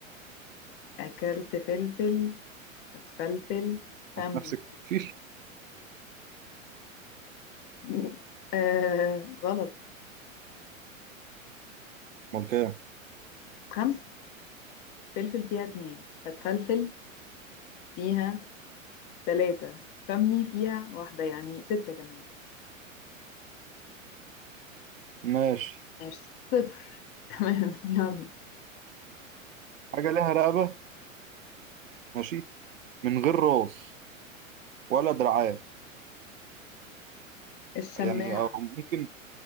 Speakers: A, on the left; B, on the right.
A: اكلت فلفل فتفلفل
B: كنت
A: فمي
B: نفسك مفيش
A: <laughs> آه غلط
B: امال كام
A: خمسة فلفل فيها اتنين فتفلفل فيها تلاتة فمي فيها واحدة يعني ستة كمان
B: ماشي
A: ماشي صفر <laughs> تمام يلا
B: حاجة ليها رقبة ماشي من غير راس ولا دراعات
A: الشماعة
B: يعني او ممكن